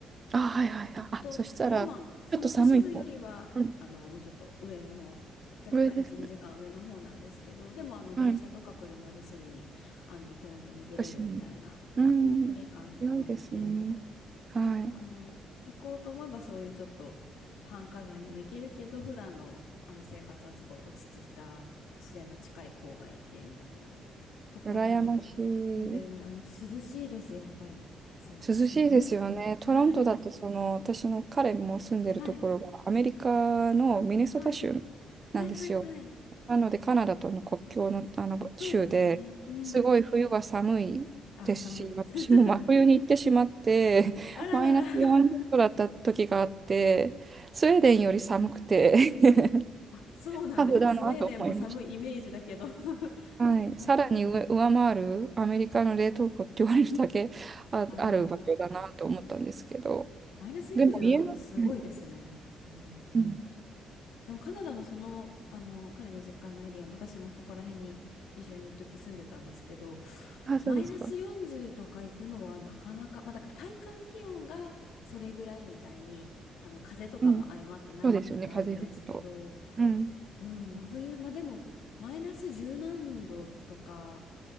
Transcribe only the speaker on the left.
ですね。
と、
でも、その都市部よりは、
あの、もうちょっと上の、若干1、
2時間上の方なんですけど、でも、あの、電車とか車ですぐに、
あの、トロントに出れるみたいな
距離感ではあって、
だから、あの、行こうと思えばそういうちょっと繁華街にも行けるけど、普段の、あの生活はすごい落ち着いた自然の近い郊外でみたいなところに住んでるので、
あの、涼しいです、やっぱり、夏。
うん
はい。
はい。
はい。はいはいはい。
そうですね。うん。あ、寒いです。
<laughs>
あららら。
<laughs> あ、そうなんですね。
スウェーデンも寒いイメージだけど <laughs> そ
うなんですね。
ああ、
マイナス40度はすごいですね。
うん。
でもカナダのその、あの、彼の実家のエリア、私もそこら辺に一緒に一時住んでたんですけど、
マイナス40とか行くのはなかなか、まあだから体感気温がそれぐらいみたいに、あの風とかも相まってなる時はあるんですけど、
うん、真冬、まあでも、マイナス十何度とか、